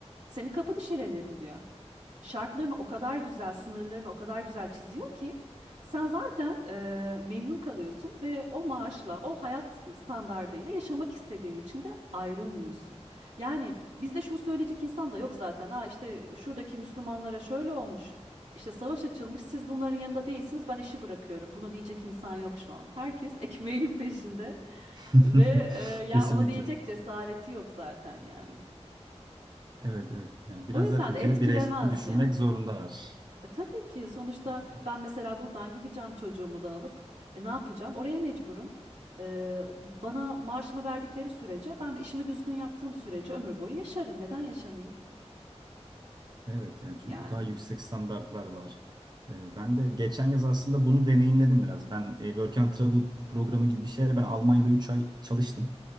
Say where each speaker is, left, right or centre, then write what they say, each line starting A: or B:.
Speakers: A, on the right; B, on the right.
A: Seni kapı dışarı ederim diyor şartlarını o kadar güzel, sınırlarını o kadar güzel çiziyor ki sen zaten e, memnun kalıyorsun ve o maaşla, o hayat standardıyla yaşamak istediğin için de ayrılmıyorsun. Yani bizde şunu söyleyecek insan da yok zaten. Aa işte şuradaki Müslümanlara şöyle olmuş. işte savaş açılmış, siz bunların yanında değilsiniz, ben işi bırakıyorum. Bunu diyecek insan yok şu an. Herkes ekmeğinin peşinde <laughs>
B: <laughs>
A: ve e, ya
B: Kesinlikle.
A: ona diyecek cesareti yok zaten yani.
B: Evet, evet. Yani biraz
A: O yüzden
B: daha Türkiye'de
A: de etkilemez
B: bireysel düşünmek
A: yani.
B: zorundalar.
A: E, tabii ki sonuçta
B: Yani
A: ben mesela buradan gideceğim çocuğumu da alıp e, ne yapacağım? Oraya mecburum. E, bana maaşımı verdikleri sürece ben de işimi düzgün yaptığım sürece ömür boyu yaşarım. Neden yaşamayayım?
B: Evet yani çünkü
A: Yani.
B: daha yüksek standartlar var. Ee, Ben de geçen yaz aslında bunu deneyimledim biraz. Ben e, Work and Travel programı gibi bir şeyle ben Almanya'da 3 ay çalıştım.